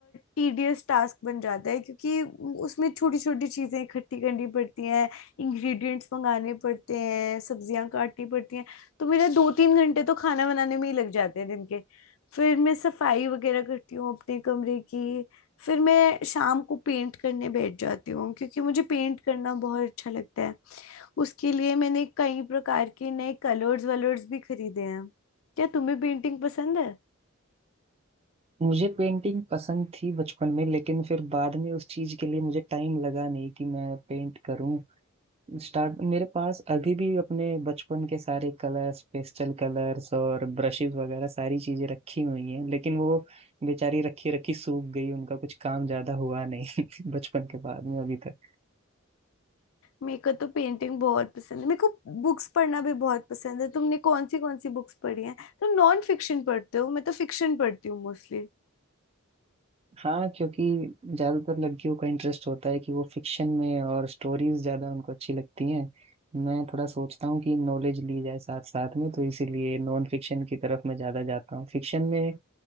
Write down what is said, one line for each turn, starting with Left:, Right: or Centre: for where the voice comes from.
Left: टीडियस टास्क बन जाता है क्योंकि उसमें छोटी छोटी चीजें इकट्ठी करनी पड़ती हैं इंग्रेडिएंट्स मंगाने पड़ते हैं सब्जियां काटनी पड़ती हैं तो मेरा दो तीन घंटे तो खाना बनाने में ही लग जाते हैं दिन के फिर मैं सफाई वगैरह करती हूँ अपने कमरे की फिर मैं शाम को पेंट करने बैठ जाती हूँ क्योंकि मुझे पेंट करना बहुत अच्छा लगता है उसके लिए मैंने कई प्रकार के नए कलर्स वलर्स भी खरीदे हैं क्या तुम्हें पेंटिंग पसंद है
Right: मुझे पेंटिंग पसंद थी बचपन में लेकिन फिर बाद में उस चीज के लिए मुझे टाइम लगा नहीं कि मैं पेंट करूँ स्टार्ट मेरे पास अभी भी अपने बचपन के सारे कलर्स पेस्टल कलर्स और ब्रशेस वगैरह सारी चीजें रखी हुई हैं लेकिन वो बेचारी रखी रखी सूख गई उनका कुछ काम ज्यादा हुआ नहीं <laughs> बचपन के बाद में अभी तक
Left: मेरे को तो पेंटिंग बहुत पसंद है मेरे को बुक्स पढ़ना भी बहुत पसंद है तुमने कौन सी कौन सी बुक्स पढ़ी हैं तुम नॉन फिक्शन पढ़ते हो मैं तो फिक्शन पढ़ती हूँ मोस्टली
Right: हाँ क्योंकि ज्यादातर लड़कियों का इंटरेस्ट होता है कि वो फिक्शन में और स्टोरीज ज्यादा उनको अच्छी लगती हैं मैं थोड़ा सोचता हूँ कि नॉलेज ली जाए साथ साथ में तो इसीलिए नॉन फिक्शन की तरफ मैं ज्यादा जाता हूँ फिक्शन में